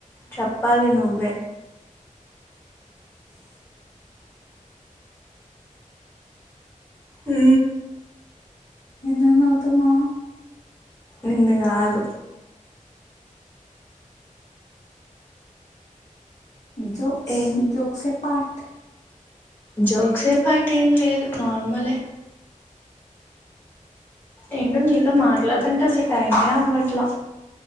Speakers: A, on the left (about 15°); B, on the left (about 60°).
A: చెప్పాలి నువ్వే
B: <inaudible>
A: హు
B: ఎందుకు నవ్వుతన్నావ్
A: నిన్ను కాదు
B: జోక్స్
A: ఏం
B: జోక్స్ ఎ పార్ట్
A: జోక్సే పార్ట్ ఏం లేదు నార్మలే ఏంటో నీతో మాట్లాతంటే అసలు టైమే అవ్వట్లా